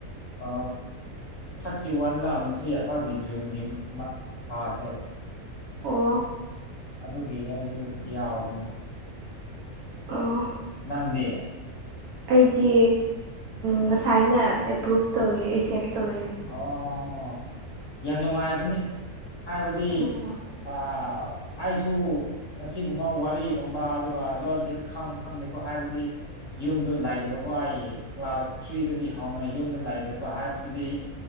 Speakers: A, on the left; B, on the right.
A: ꯑ ꯊꯥꯔꯇꯤ ꯋꯥꯟ ꯂꯥꯛꯑꯝꯃꯤꯁꯤ ꯑꯩꯈꯣꯏꯒꯤ ꯖꯨꯟꯒꯤ ꯊꯥꯁꯦ
B: ꯑꯣ
A: ꯑꯗꯨꯒꯤ ꯑꯩꯁꯨ ꯌꯥꯎꯕꯅꯦ
B: ꯑꯣ
A: ꯅꯪꯗꯤ
B: ꯑꯩꯗꯤ ꯉꯁꯥꯏꯅ ꯑꯦꯄ꯭ꯔꯨꯚ ꯇꯧꯋꯤ ꯑꯩꯁꯦ ꯇꯔꯤꯦ
A: ꯑꯣ ꯌꯥꯝ ꯅꯨꯡꯉꯥꯏꯕꯅꯤ ꯍꯥꯏꯕꯗꯤ
B: ꯑꯥ
A: ꯑ ꯑꯩꯁꯨ ꯃꯁꯤꯒꯨꯝꯕ ꯋꯥꯔꯤꯒꯨꯝꯕ ꯑꯗꯨꯒ ꯂꯣꯟꯁꯦ ꯈꯪ ꯈꯪꯗꯦꯀꯣ ꯍꯥꯏꯕꯗꯤ ꯌꯨꯝꯗꯣ ꯂꯩꯗꯕꯀꯣ ꯍꯥꯏꯌꯦ ꯀ꯭ꯂꯥꯁ ꯊ꯭ꯔꯤꯗꯒꯤ ꯍꯧꯅ ꯌꯨꯝꯗ ꯂꯩꯗꯕ ꯍꯥꯏꯔꯒꯗꯤ